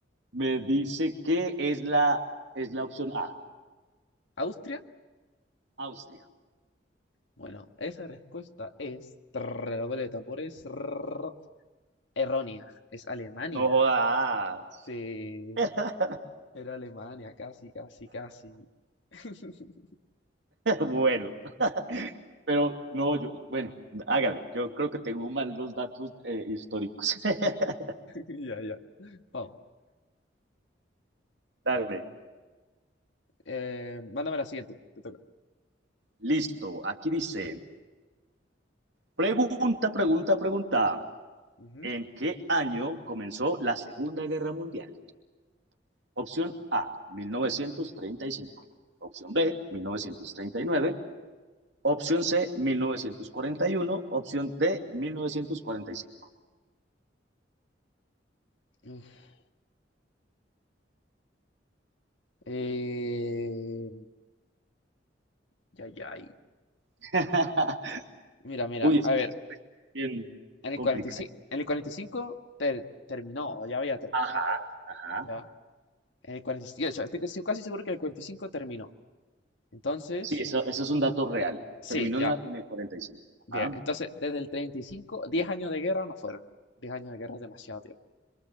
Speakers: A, on the right; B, on the left.
A: Me dice que es la, es la opción A,
B: ¿Austria?
A: Austria.
B: Bueno, esa respuesta es, redoble de tambores, trrr, errónea. Es Alemania.
A: No jodas.
B: Sí,
A: <laughs>
B: era Alemania, casi, casi, casi. <laughs>
A: Bueno, pero no, yo, bueno, hágale, yo creo que tengo mal los datos eh, históricos. <laughs>
B: Ya, ya. Vamos,
A: Dale,
B: eh, mándame la siguiente, te toca.
A: listo, aquí dice, pregunta, pregunta, pregunta,
B: Ujú.
A: ¿en qué año comenzó la Segunda Guerra Mundial? Opción A, 1935. opción B, 1939. Opción C, 1941, Opción D, 1945.
B: Uf. Eh, ya, ya. y-
A: <laughs>
B: Mira, mira,
A: Uy, es
B: a
A: que
B: ver,
A: eso es bien
B: En
A: complicado.
B: el 45, en el 45 ter- terminó, o ya había terminado
A: Ajá,
B: ya.
A: ajá.
B: ¿Ya? En el 45, yo so, estoy casi- casi seguro que el 45 terminó. Entonces,
A: Sí, eso, eso es un dato real.
B: sí,
A: Terminó
B: ya.
A: en, la- en el 45.
B: Bien,
A: Ajá.
B: entonces desde el 35, 10 años de guerra no fueron. 10 años de guerra es demasiado tiempo.